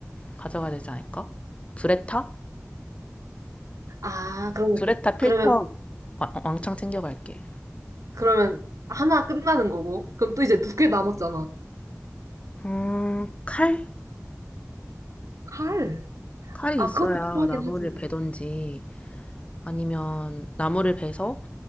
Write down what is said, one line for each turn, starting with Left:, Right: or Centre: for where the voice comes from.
Left: 가져가야 되지 않을까? 브레타?
Right: 아, 그럼,
Left: 브레타 필터
Right: 그러면,
Left: 와- 왕창 챙겨갈게.
Right: 그러면 하나 끝나는 거고. 그럼 또 이제 두 개 남았잖아.
Left: 음, 칼?
Right: 칼.
Left: 칼이
Right: 아,
Left: 있어야
Right: 그것도 필요하긴
Left: 나무를
Right: 하지.
Left: 베던지 아니면 나무를 베서